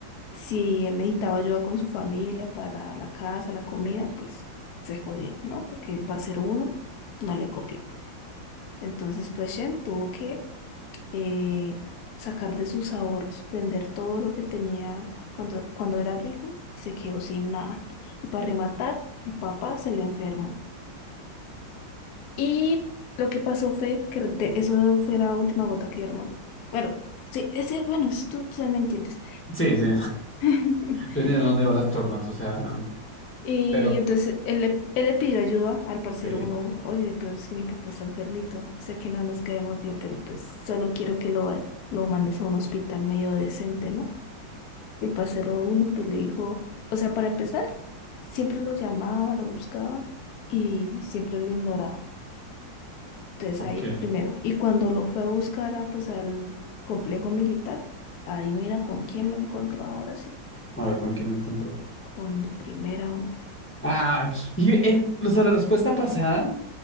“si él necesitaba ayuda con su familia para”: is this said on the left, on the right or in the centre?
Left